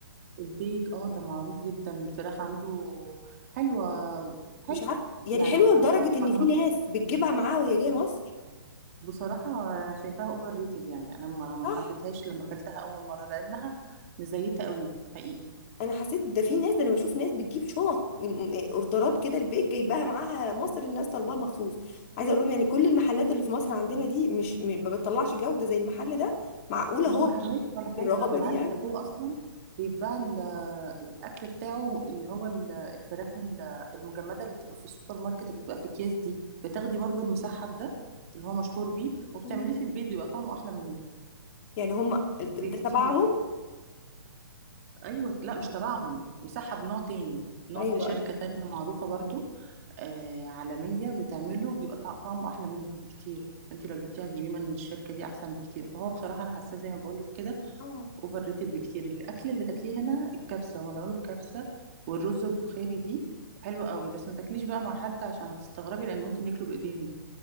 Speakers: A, on the right; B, on the left.
A: البيك اه ده معروف جدا الفراخ عنده حلوة حلو
B: مش عارف يعني
A: يعني
B: حلوه لدرجه ان
A: فرمت-
B: في ناس بتجيبها معاها وهي جايه مصر
A: بصراحة شايفاها اوفر ريتد يعني انا ما ما
B: صح
A: حبيتهاش لما اكلتها اول مرة لانها مزيتة قوي حقيقي
B: انا حسيت ده في ناس ده انا بشوف ناس بتجيب شنط من- إيه، اوردرات كده البيك جايباها معاها مصر الناس طالباها مخصوص عايزه اقول لهم يعني كل المحلات اللي في مصر عندنا دي مش م- ما بتطلعش جوده زي المحل ده معقوله
A: مش
B: هو
A: محلية ولا حاجة
B: بالرهابه
A: بالعكس
B: دي
A: ده هو اصلا بيتباع ال- الاكل بتاعه اللي هو ال- الفراخ ال- المجمدة اللي بتبقى في السوبر ماركت اللي بتبقى في اكياس دي بتاخدي برضو المسحب ده اللي هو مشهور بيه وبتعمليه
B: يعني
A: في البيت بيبقى طعمه احلى منه
B: يعني هم ده
A: بكتير
B: تبعهم
A: ايوه لا مش تبعهم مساحه بنوع تاني نوع
B: ايوه
A: في شركه
B: ايوه
A: تانية معروفه برضو آه عالميه بتعمله بيبقى طع- طعمه احلى منهم بكتير انت لو جبتيها تجيبيه من الشركه دي احسن بكتير فهو بصراحه انا حاساه زي ما بقول لك كده
B: اه
A: اوفر ريتد بكتير الاكل اللي تاكليه هنا الكبسه هما بيعملوا الكبسه والرز البخاري دي حلوه قوي بس ما تاكليش بقى مع حد عشان هتستغربي لان ممكن ياكلوا بايديهم